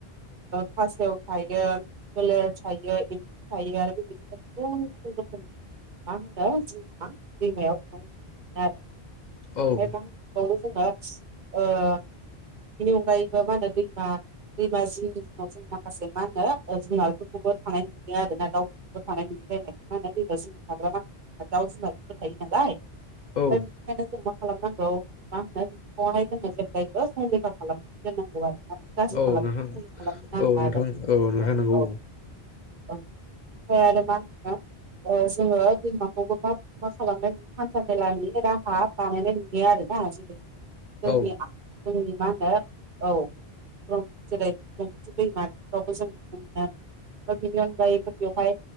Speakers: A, on the right (about 55°); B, on the left (about 55°).
A: खासेव थायो बोलेर थायो इमफौ थायो आरो बेबायदिनो गोबां रोखोमनि मा होनो दैमायाव थायो आरो
B: औ
A: मा होनो जों बिनि अनगायैबो मा होनो दैमा दैमा जिनि दिनाव जों माखासे मा होनो जुनारफोरखौबो थानाय नुयो आरोना दाउफोरखौबो थानाय नुयो ायनाय मा होनो दैमा जमाव थाग्रा माखासे दाउ जुनारफोरबो थायो नालाय ओमफ्राय
B: औ
A: बेनिखायनो जों मा खालामनांगौ मा होनो बेखौहाय जोङो जेब्लायबो संरेखा खालाम दोननांगौ आरो मानो गाज्रि
B: औ
A: खालामनो
B: नोंथां
A: खालामनो नाङा
B: औ नोंथां
A: आरो ना
B: नोंथां
A: औ
B: नंगौ
A: औ औ ओमफ्राय आरो मा होनो जोङो दैमा खौ मा मा खालामनाय नु हान्था मेलानि राहा बानायनाय नुयो आरोोना जै जोंनि
B: औ
A: जोंनि मा होनो औ जेरै दैमा बेफोरावबो जों नुनो मोनो बिनि अनगायैबो बेवहाय